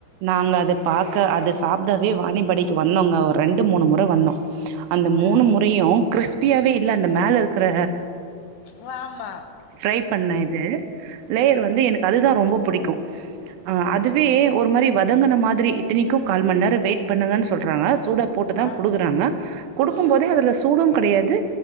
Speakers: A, on the right; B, on the left.
A: நாங்க அத பாக்க அத சாப்டவே வாணியம்பாடிக்கு வந்தோங்க ஒர் ரெண்டு மூணு முற வந்தோ அந்த மூணு
B: ம்
A: முறையு க்ரிஸ்பியாவே இல்ல அந்த மேலருக்குற
B: வாம்மா
A: ஃப்ரை பண்ண இது லேயர் வந்து எனக்கு அதுதா ரொம்ப புடிக்கு ஆ அதுவே ஒரு மாரி வதங்குன மாதிரி இத்தனைக்கு கால் மண் நேர வெயிட் பண்ணுங்கன் சொல்றாங்க சூடாப் போட்டுதா
B: ஆ ஆ
A: குடுக்குறாங்க குடுக்கும்
B: ம்
A: போதே அதுல சூடு கெடையாது